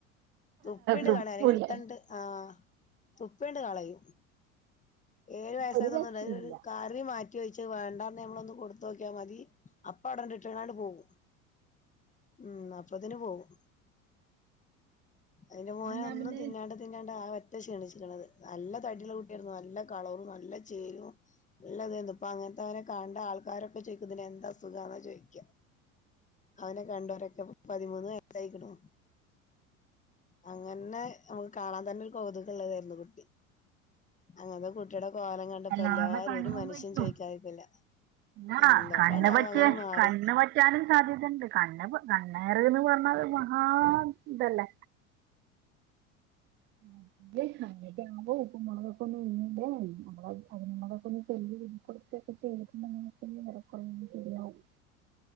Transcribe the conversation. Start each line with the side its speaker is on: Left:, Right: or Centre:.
Left: തുപ്പിണ്ട്
Right: തുപ്പൂല്ല
Left: കളയ ല്ലെങ്കി എടുത്തണ്ട് ആഹ് തുപ്പിണ്ട് കളയും. ഏഴ് വയസായി
Right: ഒരു
Left: ഒന്നുണ്ട്
Right: രക്ഷയില്ല
Left: അയ് ഒരു കറി മാറ്റി വെച്ചു വാണ്ടാന്ന് മ്മളൊന്ന് കൊടുത്തോക്കിയാ മതി. അപ്പ അവടണ്ട്ട്ട് ങ്ങാണ്ട് പോവും ഉം അപ്പൊത്തിന് പോവും. അയ്ന് മോനൊന്നും
Right: അത് ഞാൻ പിന്നെ
Left: തിന്നാണ്ട്. തിന്നാണ്ട് ആ വറ്റെ ക്ഷീണിച്ചിക്കണത് നല്ല തടിള്ള കുട്ടിയാര്ന്നു നല്ല കളറും നല്ല ചേലും. ഇള്ള തേന്ന് ഇപ്പൊ അങ്ങനത്തെ അവനെ കാണ്ട ആൾക്കാരൊക്കെ ചോയിക്കും ഇതിന് എന്ത അസുഖാന്നാ ചോയിക്ക്യ അവനെ കണ്ടോരൊക്കെ പതിമൂന്ന് വയസായിക്കുണൂ. അങ്ങനെ നമുക്ക് കാണാൻ തന്നെര് കൗതുകള്ളതെരുന്നു കുട്ടി അങ്ങനെ കുട്ടിടെ കോലം കണ്ടപ്പോ
Right: അല്ലാതെ
Left: എല്ലാരും
Right: കണ്ണും
Left: ഒരു മനുഷ്യൻ
Right: വയ്ക്കും
Left: ചോയിക്കാതിരിന്നില്ല.
Right: ആ
Left: എന്തോണ്ടാ
Right: കണ്ണ്
Left: ണാവോ
Right: പറ്റിയ
Left: അങ്ങനെ മാറി.
Right: കണ്ണ് പറ്റാനും സാധ്യതണ്ട് കണ്ണ്പ് കണ്ണേറേന്ന് പറഞ്ഞാ അത് മഹാ ഇതല്ലേ. <unintelligible> ല്ലേ അങ്ങനോക്കമ്പോ ഉപ്പും, മുളകും, ഒക്കെ ഒന്ന് ഉമഴിഞ്മ്പോ നമ്മളത് അത് നമ്മളൊക്കെ ഒന്ന് ചെലീയൂതി ക്കൊട്‌ത്. ഒക്കെ എഴുന്നേൽക്കുംമ്പ ങ്ങനെ <unintelligible> കുറന്ന് ശെരിയാവും.